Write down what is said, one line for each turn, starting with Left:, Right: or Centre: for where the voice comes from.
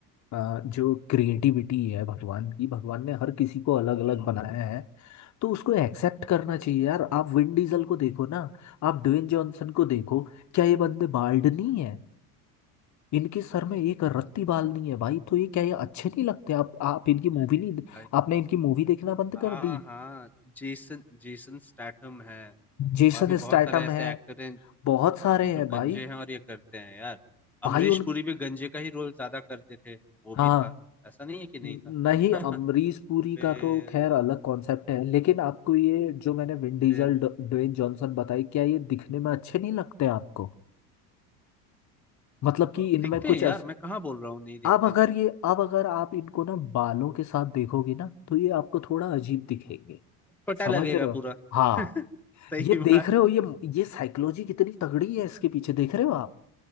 Left: आ, जो क्रिएटिविटी है भगवान की भगवान ने हर किसी को अलग अलग बनाया है तो उसको एक्सेप्ट करना चाहिए यार आप विन डीजल को देखो ना आप ड्वेन जॉनसन को देखो क्या ये बंदे बाल्ड नहीं है इनके सर में एक रत्ती बाल नहीं है भाई तो ये क्या ये अच्छे नहीं लगते आप आप इनकी मूवी
Centre: अरे
Left: नहीं
Centre: भाई
Left: आपने इनकी मूवी देखना बंद
Centre: हाँ
Left: कर दी
Centre: हाँ जेसन जेसन स्टैथम है
Left: जेसन
Centre: और भी
Left: स्टैटम
Centre: बहुत सारे ऐसे
Left: है
Centre: एक्टर हैं
Left: बहुत सारे
Centre: जो
Left: हैं भाई
Centre: गंजे हैं और ये करते हैं यार अमरीश
Left: भाई उन
Centre: पुरी भी गंजे का ही रोल ज्यादा करते थे वो भी
Left: हाँ
Centre: था ऐसा नहीं है कि नहीं
Left: न-
Centre: था
Left: नहीं
Centre: <laughs>
Left: अमरीश पुरी
Centre: फिर
Left: का तो खैर अलग कॉन्सेप्ट है लेकिन आपको ये जो मैंने
Centre: और
Left: विन डीजल
Centre: फिर
Left: ड- ड्वेन जॉनसन बताई क्या ये दिखने में अच्छे नहीं लगते आपको मतलब कि इनमें
Centre: दिखते
Left: कुछ
Centre: हैं यार मैं कहाँ बोल रहा हूँ नहीं दिखते
Left: अब अगर ये अब अगर आप इनको ना बालों के साथ देखोगे ना तो ये आपको थोड़ा अजीब दिखेंगे
Centre: पता
Left: समझ
Centre: लगेगा
Left: रहे हो
Centre: पूरा
Left: हाँ
Centre: <laughs> सही
Left: ये
Centre: बात
Left: देख रहे हो ये ये साइकोलॉजी कितनी तगड़ी है इसके पीछे देख रहे हो आप